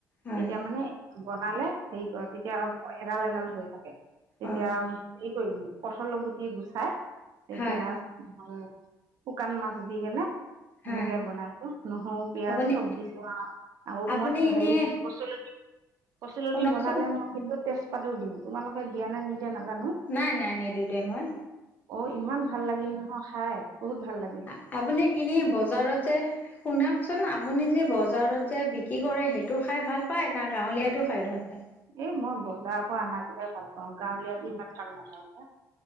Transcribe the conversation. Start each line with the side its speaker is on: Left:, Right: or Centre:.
Left: হয়
Right: এতিয়া মানে বনালে হেৰি কৰে তেতিয়া এডাল এডাল হৈ থাকে তেতিয়া
Left: অ
Right: কি কৰিলো। পথল গুটি গুচাই এতিয়া
Left: হয়
Right: হ শোকান মা <unintelligible> সেনেকে
Left: হয়
Right: বনাইছো নহৰু পিয়াজ
Left: আপুনি
Right: চব দিছো আৰু আৰু
Left: আপুনি
Right: মই
Left: এনে
Right: হেৰি কচল কচতি
Left: শুনকচোন
Right: বনালে মই কিন্তু তেজপুৰ তাতো দিম তোমালোকেয়াে নিদ নাজানো
Left: নাই নাই নিদো দে মই
Right: অ ইমান ভাল লাগিল নহয় খাই বহুত ভাল লাগে
Left: আ-আপুনি এনে বজাৰত যে শুনক চোন, আপুনি যে বজাৰত যে বিক্ৰী কৰে। সেইটো খাই ভাল পায়, না গাঁৱলীয়াটো খাই ভাল পায়।
Right: এ মই বজাৰ পৰা অনাটো ভাল পাওঁ গাঁৱলীয়াতো ইমান ভাল নাপাওঁ পা